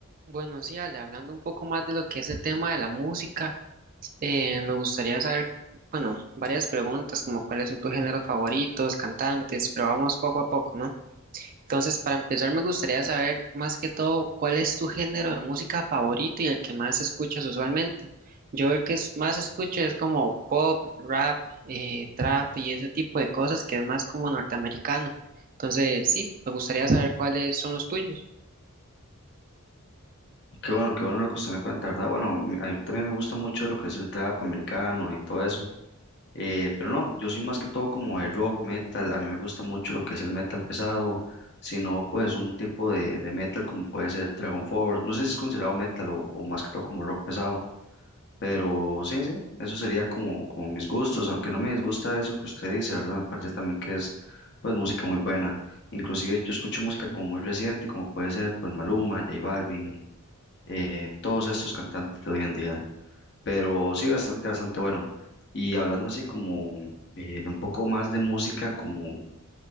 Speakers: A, on the right (about 40°); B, on the left (about 50°).
A: Bueno, sí, Ale, hablando un poco más de lo que es el tema de la música, eh, me gustaría saber, bueno, varias preguntas como cuáles son tus géneros favoritos, cantantes, pero vamos poco a poco, ¿no? Entonces, para empezar, me gustaría saber más que todo cuál es tu género de música favorito y el que más escuchas usualmente. Yo el que es- más escucho es como pop, rap, eh, trap y ese tipo de cosas que es más como norteamericano. Entonces, sí, me gustaría saber cuáles son los tuyos.
B: Qué bueno, qué bueno lo que usted me cuenta, ¿verdad? Bueno, m- a mí también me gusta mucho lo que es el trap americano y todo eso. Eh, pero no, yo soy más que todo como de rock, metal. A mí me gusta mucho lo que es el metal pesado, sino pues un tipo de, de metal como puede ser Dragon Force. No sé si es considerado metal o, o más que todo como rock pesado, pero sí, sí, eso sería como, como mis gustos, aunque no me disgusta eso que usted dice, ¿verdad? Me parece también que es pues música muy buena. Inclusive yo escucho música como muy reciente, como puede ser pues Maluma, J Balvin eh, todos estos cantantes de hoy en día, pero sí, bastante, bastante bueno. Y hablando así como eh, de un poco más de música, como